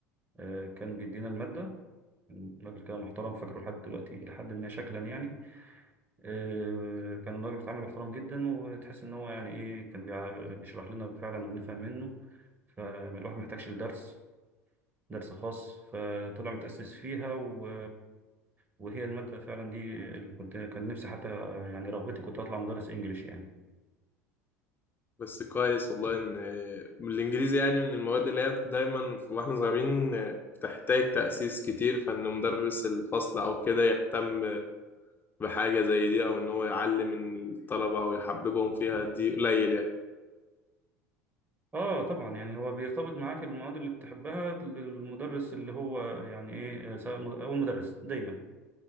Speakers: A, on the right; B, on the left.
A: آه، كان بيدينا المادة كان راجل كده محترم فاكره لحد دلوقتي إلى حد ما شكلا يعني آه، كان الراجل بيتعامل باحترام جدا وتحس إن هو يعني إيه كان بيع- بيشرح لنا فعلا وبنفهم منه فالواحد محتاجش لدرس درس خاص فطلع متأسس فيها و... وهي المادة فعلا دي اللي كنت كان نفسي حتى يعني رغبتي كنت أطلع مدرس إنجليش يعني
B: بس كويس والله ان الانجليزي يعني من المواد اللي هي دايما في- واحنا صغيرين بتحتاج تأسيس كتير فان مدرس الفصل او كده يهتم بحاجة زي دي او ان هو يعلم الطلبة او يحببهم فيها دي قليل يعني
A: اه طبعا يعني هو بيرتبط معاك المواد اللي بتحبها للمدرس اللي هو يعني ايه آه، سواء مد- او المدرس دايما